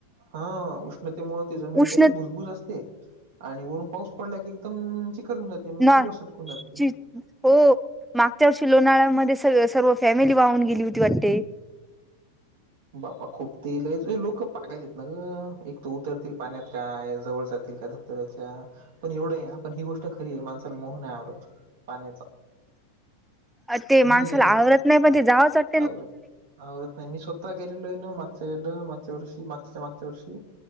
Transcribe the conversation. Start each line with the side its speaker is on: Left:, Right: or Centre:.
Right: हा उष्णतेमुळे ती जमीन
Centre: उष्ण
Right: कशी भुजबुज असते. आणि वरून पाऊस पडला की एकदम चिखल होन जाते म
Centre: ना
Right: पूर सटकून जाते ते
Centre: ची हो मागच्या वर्षी लोणाळ्यामध्ये स सर्व फॅमिली वाहून गेली होती वाटते.
Right: बापा खूप तेल लोक पागलत ना ग एक तर उतरतील पाण्यात काय जवळ जातील का धर पण एवढं पण ही गोष्ट तरी माणसाला मोह नाय आवरत पाण्याचा
Centre: ते
Right: मी
Centre: माणसाला आवडत नाही पण ते जावंच लागते
Right: आवरत अहो पण मी स्वतः गेलेलो ए ना मागच्या दोन मागच्या वर्षी मागच्याच्या मागच्या वर्षी